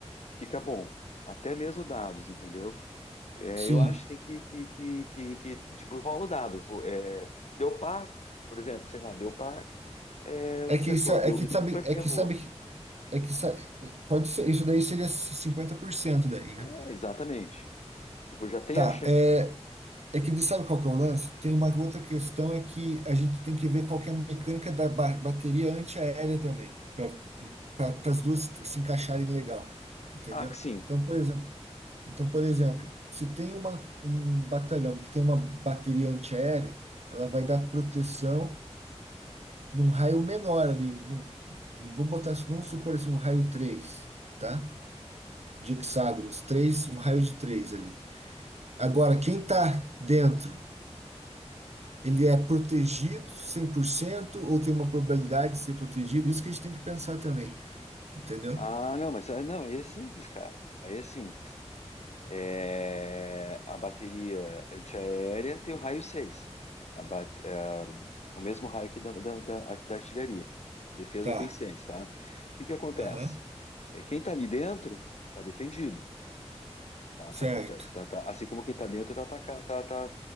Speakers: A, on the left; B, on the right.
A: fica bom. Até mesmo dados, entendeu? É,
B: sim.
A: eu acho assim que, que, que, que, que, tipo, rola o dado. vo- é, deu par, por exemplo, sei lá, deu par, é,
B: É
A: acertou.
B: que, sa-
A: Deu
B: é que sabe.
A: ímpar,
B: É
A: errou.
B: que sabe. que- É que sa- pode ser. Isso daí seria 50% daí,
A: É,
B: né?
A: exatamente. Tipo, já tem
B: Tá.
A: a chance.
B: é, É que ele sabe qual que é o lance? Tem uma outra questão é que a gente tem que ver qual que é a mecânica da ba- bateria antiaérea também, para as duas se encaixarem legal, entendeu?
A: Ah, que sim.
B: Então, por exemplo, então, por exemplo, se tem uma, um batalhão que tem uma bateria antiaérea, ela vai dar proteção num raio menor ali, num, vamos botar, vamos supor assim, um raio 3, tá? De hexágonos, três um raio de 3 ali. Agora, quem tá dentro Ele é protegido 100% ou tem uma probabilidade de ser protegido? Isso que a gente tem que pensar também, entendeu?
A: Ah, não, mas ah, não, aí é simples, cara. Aí é simples. É, a bateria antiaérea tem o raio 6, a ba- a- o mesmo raio que da, da, da- da artilharia. A defesa
B: Tá,
A: tem 6, tá? O que que acontece?
B: aham,
A: É, quem tá ali dentro tá defendido, tá?
B: certo,
A: Tá- tá- tá- tá- assim como quem tá dentro tá, ataca- tá- tá-